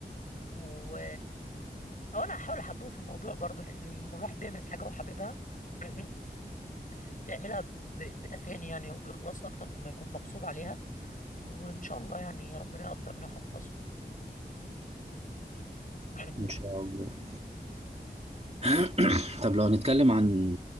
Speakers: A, on the left; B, on the right.
A: و أو انا هحاول احببه في الموضوع برضو لان لما الواحد بيعمل حاجه وحاببها <clears throat> بيعملها ب... بتفاني يعني وبإخلاص اكتر مما يكون مغصوب عليها وان شاء الله يعني ربنا يقدرني ويحفظه <clears throat>
B: إن شاء الله <clears throat> طب لو هنتكلم عن